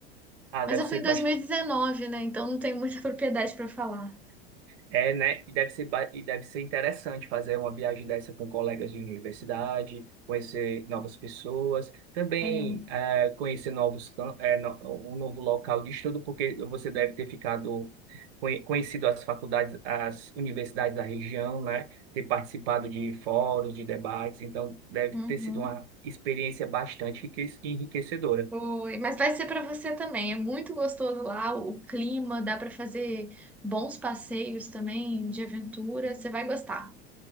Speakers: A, on the right (about 65°); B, in the centre.
A: ah,
B: Mas
A: deve
B: eu
A: ser
B: fui em 2019,
A: bas-
B: né? Então não tenho muita <laughs> propriedade para falar.
A: É, né? E deve ser, ba- e deve ser interessante fazer uma viagem dessa com colegas de universidade, conhecer novas pessoas, também
B: É,
A: eh, conhecer novos, cam- eh, no- um novo local de estudo, porque você deve ter ficado conhe- conhecido as faculdades, as universidades da região, né? Ter participado de fóruns, de debates, então deve
B: Uhum.
A: ter sido uma experiência bastante enrique- enriquecedora.
B: Foi, mas vai ser para você também. É muito gostoso lá, o clima, dá para fazer bons passeios também de aventura, você vai gostar.